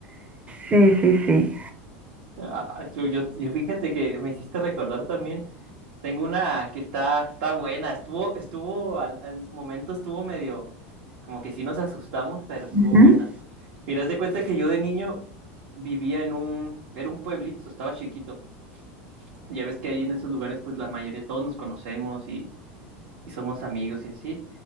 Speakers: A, on the right; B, on the right.
A: Sí, sí, sí.
B: Ah, yo, yo- yo fíjate que me hiciste recordar también. Tengo una que está, está buena. Estuvo, estuvo, al- en su momento estuvo medio, como que sí nos asustamos, pero estuvo
A: Ujú,
B: buena. Mira, haz de cuenta que yo de niño vivía en un, era un pueblito, estaba chiquito. Ya ves que ahí en esos lugares, pues la mayoría, todos nos conocemos y somos amigos y así.